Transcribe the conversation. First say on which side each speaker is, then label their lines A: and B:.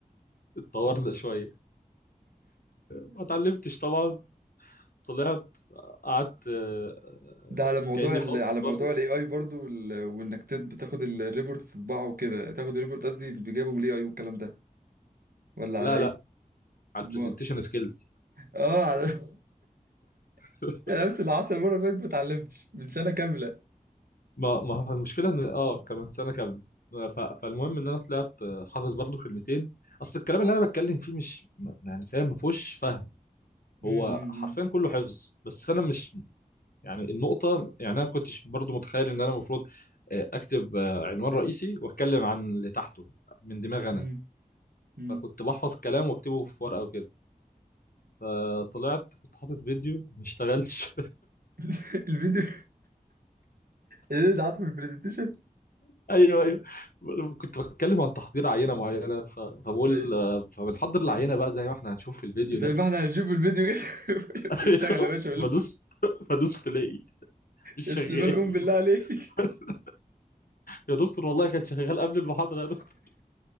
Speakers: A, on the left; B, on the right.
A: اتطورنا شويه ما اتعلمتش طبعا طلعت قعدت آه،
B: ده على موضوع
A: كاني
B: ال...
A: حافظ
B: على موضوع
A: برضه
B: الاي اي برضو وال... وانك تد... تاخد ال- الريبورت تطبعه وكده تاخد الريبورت قصدي بجابه من الاي اي والكلام ده ولا
A: لا
B: على ايه؟
A: لا على
B: ما...
A: البرزنتيشن سكيلز
B: اه على <laughs>
A: <laughs>
B: انا نفس اللي حصل المره اللي فاتت ما اتعلمتش من سنه كامله
A: ما ما هو المشكله ان اه كمان سنه كامله ف... فالمهم ان انا طلعت آه، حافظ برضه كلمتين اصل الكلام اللي انا بتكلم فيه مش ما- يعني فاهم ما فيهوش فهم
B: امم
A: هو حرفيا كله حفظ بس انا مش يعني النقطه يعني انا ما كنتش برضه متخيل ان انا المفروض آه، اكتب آه، عنوان رئيسي واتكلم عن اللي تحته من دماغي انا
B: امم امم
A: فكنت بحفظ كلام واكتبه في ورقه وكده فطلعت كنت حاطط فيديو ما اشتغلش
B: <laughs> الفيديو اللي ده عارفه في البرزنتيشن
A: ايوه ايوه كنت بتكلم عن تحضير عينه معينه ف... فبقول
B: ايوه
A: فبنحضر العينه بقى زي ما احنا هنشوف في الفيديو
B: زي
A: ده
B: ما احنا هنشوف الفيديو كده
A: <laughs>
B: <laughs>
A: ايوه،
B: اشتغل يا باشا بالله
A: بدوس بدوس بلاقي مش
B: يا سليمان
A: شغال
B: قوم بالله عليك
A: <laughs> يا دكتور والله كان شغال قبل المحاضره يا دكتور